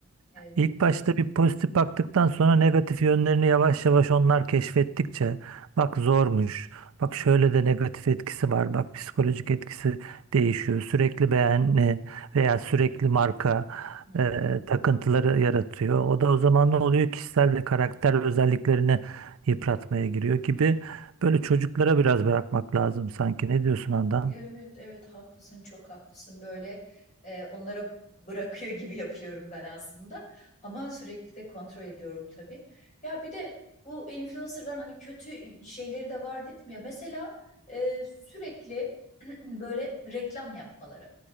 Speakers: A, on the left; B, on the right.
A: Evet,
B: İlk başta
A: evet.
B: bir pozitif baktıktan sonra negatif yönlerini yavaş yavaş onlar keşfettikçe bak zormuş, bak
A: Hı
B: şöyle de negatif etkisi var, bak psikolojik etkisi değişiyor. Sürekli beğeni veya sürekli marka
A: hı.
B: e, takıntıları yaratıyor. O da o zaman ne oluyor? Kişisel ve karakter özelliklerini yıpratmaya giriyor gibi böyle çocuklara biraz bırakmak lazım sanki. Ne diyorsun Handan?
A: Evet, evet haklısın, çok haklısın. Böyle e, onlara bırakıyor gibi yapıyorum ben aslında. Ama sürekli de kontrol ediyorum tabii. Ya bir de bu influencerların hani kötü şeyleri de var dedim ya. Mesela e, sürekli <clears throat> böyle reklam yapmaları.